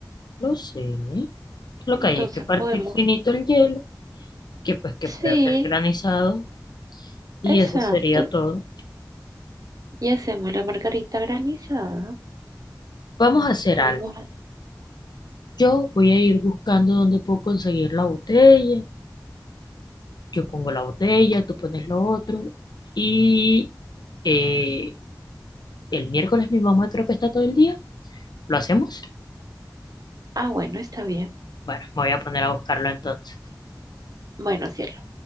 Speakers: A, on the left; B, on the right.
A: Lo sé. Lo
B: Entonces
A: que hay es que partir
B: podemos,
A: finito el hielo, que pues que
B: sí,
A: pueda ser granizado, y
B: exacto.
A: eso sería todo.
B: Y hacemos la margarita granizada.
A: Vamos a hacer
B: Podemos,
A: algo. Yo voy a ir buscando dónde puedo conseguir la botella. Yo pongo la botella, tú pones lo otro. Y eh, el miércoles mi mamá creo que está todo el día. ¿Lo hacemos?
B: ah, bueno, está bien.
A: Bueno, me voy a poner a buscarlo entonces.
B: Bueno, cielo.